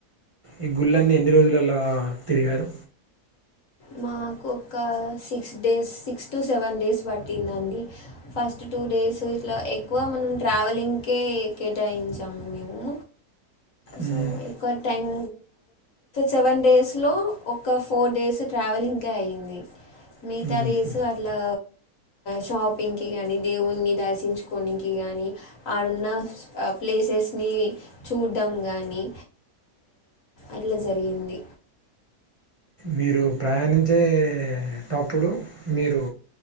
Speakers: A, on the right; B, on the left.
A: ఈ గుళ్ళన్నీ ఎన్ని రోజులిలా తిరిగారు
B: మాకు ఒక six days six to seven days పట్టిందండి ఫస్ట్ టూ డేస్ ఇట్లా ఎక్కువ మనం ట్రావెలింగ్కే కేటాయించాము మేము
A: మ్మ్.
B: సో ఎక్కువ టైమ్ సెవెన్ డేస్ లో ఒక ఫోర్ డేస్ ట్రావెలింగ్కే అయ్యింది మిగతా
A: మ్మ్.
B: డేసు అట్లా షాపింగ్కి కానీ దేవుని దర్శించుకోడానికి కానీ ఆడున్న ప్లేసెస్ ని చూడ్డం గానీ అట్లా జరిగింది
A: మీరు ప్రయాణించేటప్పుడు మీరు